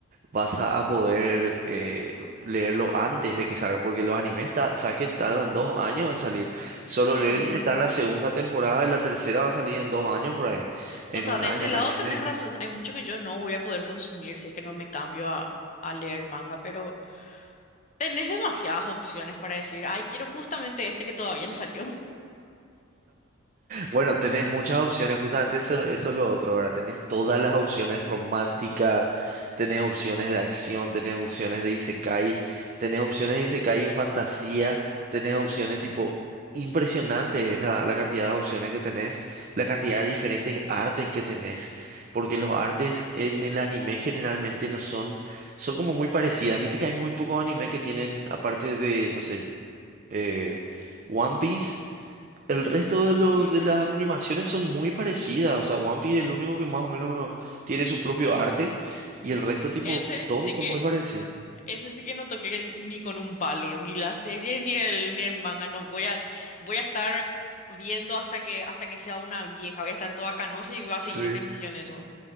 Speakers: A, on the right; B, on the left.
A: vas a a poder eh, leerlo antes de que salga, porque los animes, ta- sabes que tardan dos años en salir. Solo
B: Sí.
A: Leveling está en la segunda temporada y la tercera va a salir en dos años por ahí, en
B: O sea,
A: un
B: de
A: año,
B: ese lado
A: un año
B: tenés
A: y medio.
B: razón. Hay mucho que yo no voy a poder consumir si es que no me cambio a, a leer manga, pero tenés demasiadas opciones para decir, ay, quiero justamente este que todavía no salió.
A: Bueno, tenés muchas opciones, justamente eso, eso es lo otro, ¿verdad? Tenés todas las opciones románticas, tenés opciones de acción, tenés opciones de isekai, tenés opciones de isekai en fantasía, tenés opciones tipo... Impresionante es la, la cantidad de opciones que tenés, la cantidad de diferentes artes que tenés, porque los artes en el anime generalmente no son, son como muy parecidas. Viste que hay muy pocos anime que tienen, aparte de, no sé, eh, One Piece. El resto de, los
B: <laughs>
A: de las animaciones son muy parecidas. O sea, One Piece es el único que más o menos uno tiene su propio arte. Y el resto, tipo,
B: Ese
A: todos
B: sí que,
A: son muy parecidos.
B: ese sí que no toqué ni con un palo, ni la serie, ni el, ni el manga. No voy a, voy a estar viendo hasta que, hasta que sea una vieja. Voy a estar toda canosa y va a seguir
A: Sí,
B: en emisión eso.